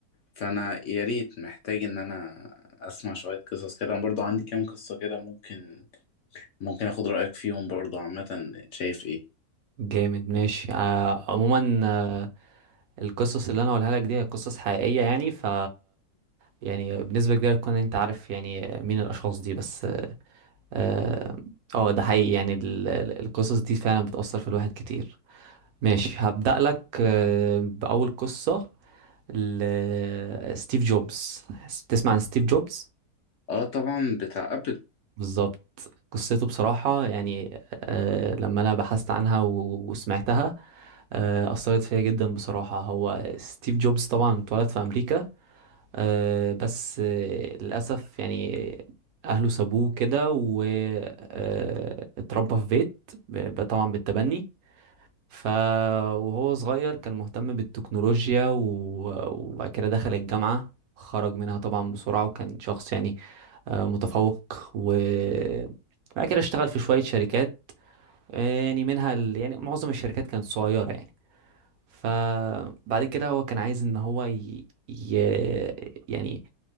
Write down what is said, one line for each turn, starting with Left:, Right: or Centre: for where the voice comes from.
Left: فانا يا ريت محتاج ان انا اسمع شويه قصص كده انا برضو عندي كام قصه كده ممكن ممكن اخد رايك فيهم برضو عامه شايف ايه
Right: جامد ماشي آه، عموما آه، القصص اللي انا هقولها لك دي هي قصص حقيقية يعني ف يعني بنسبة كبيرة تكون انت عارف يعني مين الاشخاص دي بس اه آه، ده حقيقي يعني ال- ال- القصص دي فعلا بتأثر في الواحد كتير ماشي هبدأ لك آه، بأول قصة ل- ستيف جوبز تسمع عن ستيف جوبز
Left: اه طبعا بتاع ابل
Right: بالظبط قصته بصراحة يعني آه لما أنا بحثت عنها و- وسمعتها آه أثرت فيا جدا بصراحة هو ستيف جوبز طبعا اتولد في أمريكا آه بس آه للأسف يعني أهله سابوه كده واتربى في بيت ب- طبعا بالتبني ف وهو صغير كان مهتم بالتكنولوجيا و- وبعد كده دخل الجامعة خرج منها طبعا بسرعة وكان شخص يعني آه، متفوق وبعد كده اشتغل في شوية شركات آه، يعني منها ال... يعني معظم الشركات كانت صغيرة يعني فبعد كده هو كان عايز ان هو ي... ي... يعني